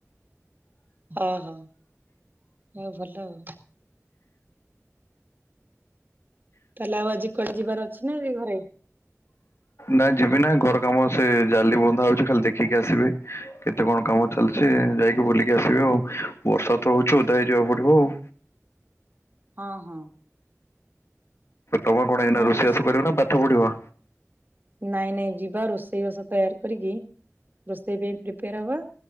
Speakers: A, on the right (about 35°); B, on the left (about 55°).
A: ଓହୋ ହଉ ଭଲ ଆଉ। ତାହେଲେ ଆଉ ଆଜି କୁଆଡେ ଯିବାର ଅଛି ନା ଏଇ ଘରେ?
B: ନାଇଁ ଯିବି ନା ଘର କାମ ସେ ଜାଲି ବନ୍ଧା ହଉଚି ଖାଲି ଦେଖିକି ଆସିବି। କେତେ କଣ କାମ ଚାଲିଚି ଯାଇକି ବୁଲିକି ଆସିବେ ଆଉ ବର୍ଷା ତ ହଉଚି ଓଦା ହେଇ ଯିବାକୁ ପଡିବ ଆଉ।
A: ହଁ- ହଁ।
B: ତମ କଣ ଏଇନା
A: ହଁ
B: ରୋଷେଇବାସ
A: ବର୍ଷା
B: କରିବ ନା ପାଠ ପଢିବ?
A: ନାଇଁ ନାଇଁ ଯିବା ରୋଷେଇବାସ ତେୟାର କରିକି ରୋଷେଇ ପାଇଁ ପ୍ରିପେୟାର୍ ହବା